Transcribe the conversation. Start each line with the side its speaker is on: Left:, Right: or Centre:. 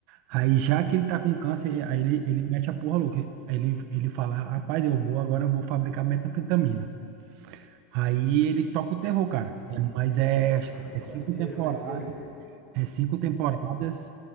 Right: Aí, já que ele tá com câncer, aí ele, ele mete a porra louca. Aí ele, ele fala, rapaz, eu vou agora, eu vou fabricar metafetamina. Aí ele toca o terror, cara.
Left: Pô, maneiro,
Right: É, mas é, é
Left: Pô,
Right: cinco
Left: maneiro,
Right: temporadas.
Left: maneiro.
Right: É cinco temporadas